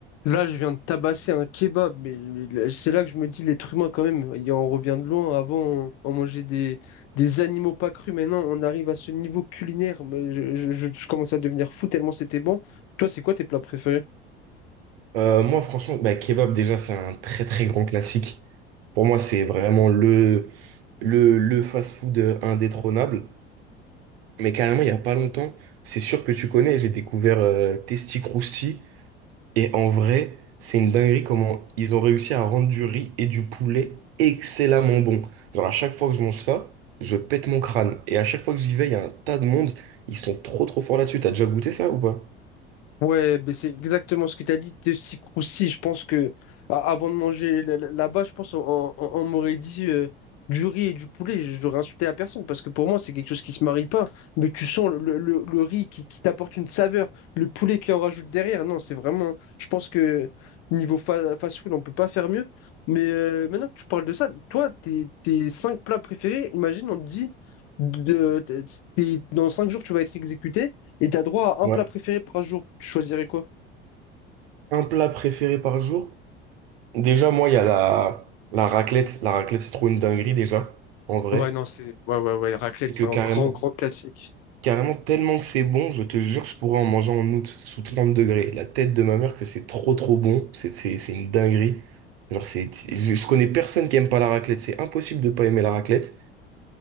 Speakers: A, on the left; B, on the right.
A: Là, je viens de tabasser un kebab, mais mais là- c'est là que je me dis, l'être humain, quand même, il en revient de loin. Avant, on, on mangeait des, des animaux pas crus. Maintenant, on arrive à ce niveau culinaire. Mais je, je- je- je commence à devenir fou tellement c'était bon. Toi, c'est quoi tes plats préférés?
B: Euh, moi, franchement, bah, kebab, déjà, c'est un très très grand classique. Pour moi, c'est vraiment le, le, le fast-food euh, indétrônable. Mais carrément, il n'y a pas longtemps, c'est sûr que tu connais, j'ai découvert euh, Testi Crousti. Et en vrai, c'est une dinguerie comment ils ont réussi à rendre du riz et du poulet excellemment bon. Genre, à chaque fois que je mange ça, je pète mon crâne. Et à chaque fois que j'y vais, il y a un tas de monde. Ils sont trop trop forts là-dessus. T'as déjà goûté ça ou pas?
A: Ouais, ben c'est exactement ce que tu as dit, Tessi-Croussi. Je pense que a- avant de manger la- la- là-bas, je pense on, on- on m'aurait dit euh, du riz et du poulet. J'aurais insulté la personne parce que pour moi, c'est quelque chose qui se marie pas. Mais tu sens le, le- le- le riz qui, qui t'apporte une saveur, le poulet qui en rajoute derrière. Non, c'est vraiment. Je pense que niveau fa- fast-food, on peut pas faire mieux. Mais euh, maintenant que tu parles de ça, toi, tes, tes cinq plats préférés, imagine, on te dit de, t'es- t'es- dans cinq jours, tu vas être exécuté. Et t'as droit à un
B: Ouais.
A: plat préféré par jour. Tu choisirais quoi?
B: Un plat préféré par jour? Déjà, moi, il y a la, la raclette. La raclette, c'est trop une dinguerie, déjà, en vrai.
A: Ouais, non, c'est. Ouais, ouais, ouais. Raclette,
B: Et
A: c'est
B: que carrément,
A: un grand, grand classique.
B: carrément, tellement que c'est bon, je te jure, je pourrais en manger en août, sous 30 degrés. La tête de ma mère que c'est trop, trop bon. C'est c'est- c'est une dinguerie. Genre, c'est, je, je connais personne qui aime pas la raclette. C'est impossible de pas aimer la raclette.